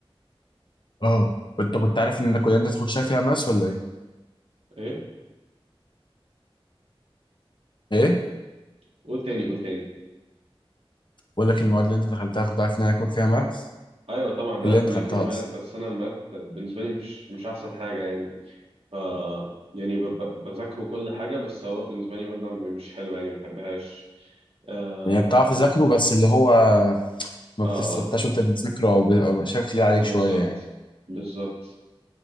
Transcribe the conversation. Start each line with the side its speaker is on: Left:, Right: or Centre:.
Left: اه انت كنت عارف ان انت الكليه اللي انت تخشها فيها ماس ولا ايه
Right: ايه
Left: ايه
Right: قول تاني قول تاني
Left: بقول لك المواد اللي انت دخلتها كنت عارف ان هي هيكون فيها ماس
Right: ايوه طبعا
Left: الكليه
Right: أنا عارف
Left: اللي انت
Right: ان
Left: دخلتها
Right: هي فيها ماث
Left: اصلا
Right: بس انا الماث بالنسبه لي مش مش احسن حاجه يعني ف يعني ب- ب- بذاكره كل حاجه بس هو بالنسبه لي ماده م- مش حلوه يعني ما بحبهاش اه
Left: يعني بتعرف تذاكره بس اللي هو ما
Right: اه
Left: بتستمتعش
Right: آه،
Left: وانت بتذاكره او, ب... أو شايفه تقيل عليك
Right: بالظبط
Left: شويه يعني
Right: بالظبط